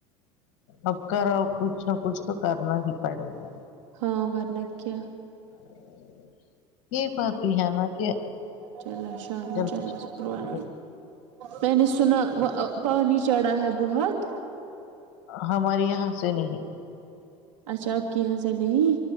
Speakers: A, on the left; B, on the right.
A: اب کراؤ کچھ نہ کچھ تو کرنا ہی پڑے گا
B: ہاں ورنہ کیا
A: <inaudible> یہ بات بھی ہے نا کہ
B: چلو عشاء ہو
A: جب
B: چلو سکرں میں نے سنا پانی چڑھا ہے بہت
A: ہماریے یہاں سے نہیں
B: اچھا آپکے یہاں سے نہیں